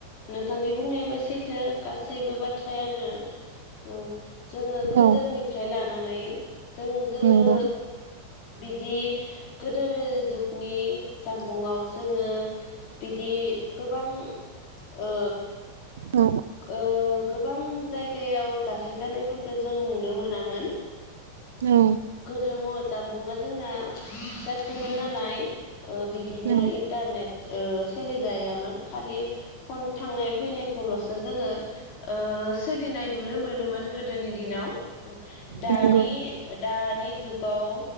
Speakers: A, on the left; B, on the right.
A: नोंथांनि बुंनायाबो सैथो गासैबो बाथ्रा। ब्रायानो औ। जोङो गोदोनिफ्राय
B: औ
A: लानानै जों गोदो।
B: नंगौ
A: बिदि गोदो जुगनि जामबुंङाव जोङो। बिदि गोबां ओ
B: औ
A: ओ गोबां जाय। जायगायाव जाथाय जानायफोरखौ जों नुनो मोनामोन।
B: औ।
A: गोदो म जामबुंआ जोंना फिसासोमोन नालाय ओ बिदिनो
B: औ
A: इन्टारनेट। ओ सोलिजायामोन खालि फन थांनाय फैनाय। खौल'सो जोङो ओ सोलिनाय नुनो मोनोमोन गोदोनि दिनाव। उ दानि
B: नंगौ
A: दा। दानि जुगाव